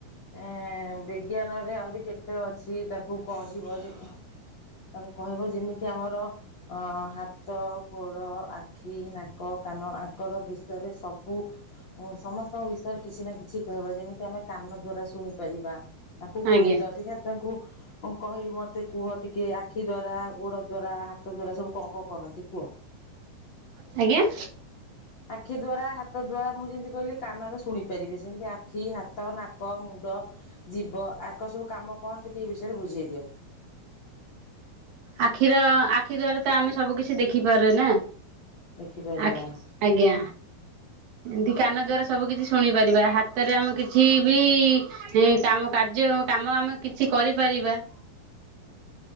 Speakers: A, on the left (about 60°); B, on the right (about 70°).
A: ଏ ବିଜ୍ଞାନରେ ଆହୁରି କେତେ ଅଛି ତାଙ୍କୁ କହିବ ଯେ ତାଙ୍କୁ କହିବ ଯେମିତି ଆମର ଅ -ହାତ ଗୋଡ଼ ଆଖି ନାକ କାନ ଆଙ୍କର ବିଷୟରେ ସବୁ ଓଁ ସମସ୍ତଙ୍କ ବିସ କିଛି ନା କିଛି କହିବ ଯେମିତି ଆମେ କାନ ଦ୍ଵାରା ଶୁଣିପାରିବା ତାଙ୍କୁ କହିଲ
B: ଆଜ୍ଞା
A: ଦେଖ ତାଙ୍କୁ କହି ମତେ କୁହ ଟିକେ ଆଖି ଦ୍ଵାରା ଗୋଡ ଦ୍ଵାରା ହାତ ଦଵାରା ସବୁ କଣ କ କରନ୍ତି କୁହ
B: ହଁ ଆଜ୍ଞା
A: ଆଖି ଦ୍ୱାରା ହାତ ଦ୍ୱାରା ମୁଁ ଯେମିତି କହିଲି କାନରେ ଶୁଣି ପାରିବି ସେମିତି ଆଖି ହାତ ନାକ ମୁଣ୍ଡ ଯିବ ଆଙ୍କର ସବୁ କାମ କଣ ଟିକେ ଏଇ ବିଷୟରେ ବୁଝେଇ ଦିଅ।
B: ଆଖିର ଆଖି ଦ୍ଵାରା ତ ଆମେ ସବୁ କିିଛି ଦେଖିପାରେ ନା
A: ଦେଖିପାରିବା
B: ଆଖି ଆଜ୍ଞା ଏମିତି କାନ ଦ୍ଵାରା ସବୁ କିଛି ଶୁଣି ପାରିବା ହାତରେ ଆମ କିଛି ବି ଏଁ କାମ କାର୍ଯ୍ୟ କାମ ଆମେ କିଛି କରିପାରିବା